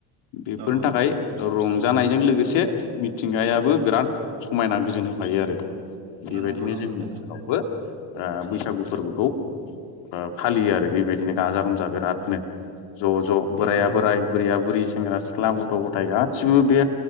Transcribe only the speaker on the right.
औ
नंगौ नंगौ
नोंथां
नंगौ नोंथां